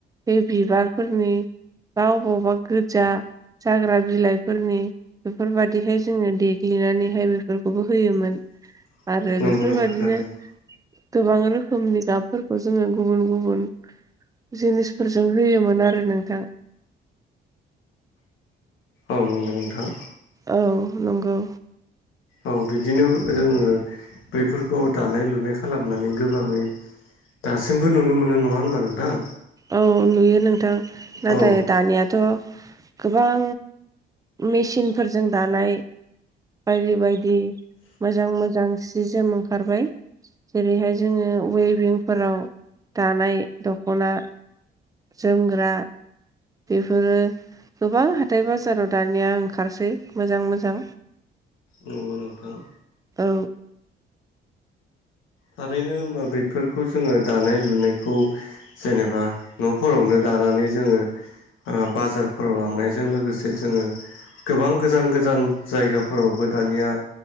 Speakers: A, on the right; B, on the left.
A: बे बिबारफोरनि बा अबावबा गो जा जाग्रा बिलाइफोरनि बेफोरबादिहाय जोङो देग्लिनानैहाय बेफोरखौबो होयोमोन।
B: <inaudible>
A: आरो
B: नंगौ
A: बेफोरबायदिनो
B: नोंथां थारैनो
A: गोबां रोखोमनि गाबफोरखौ जोङो गुबुन गुबुन जिनिसफोर जों होयोमोन आरो नोंथां।
B: औ नंगौ नोंथां
A: औ नंगौ
B: औ बिदिनो जोङो बैफोरखौ दानाय लुनाय खालामनानै गोबाङै दासिमबो नुनो मोनो नङा होनबा नोंथां।
A: औ नुयो नोंथां नाथाय
B: औ
A: दानियाथ' थ' गोबां मेसिनफोरजों दानाय बायदि बायदि मोजां मोजां सि जोम ओंखारबाय। जेरैहाय जोङो वेभिंफोराव दानाय दख'ना जोमग्रा बेफोरो गोबां हाथाय बाजाराव दानिया ओंखारसै मोजां मोजां
B: नंगौ नोंथां
A: औ
B: थारैनो होमबा बेफोरखौ जोङो दानाय लुनायखौ जेनेबा न'फोरावनो दा नानै जोङो बाजारफोराव लांनायजों लोगोसे जोङो गोबां गोजान गोजान जायगाफोरावबो दानिया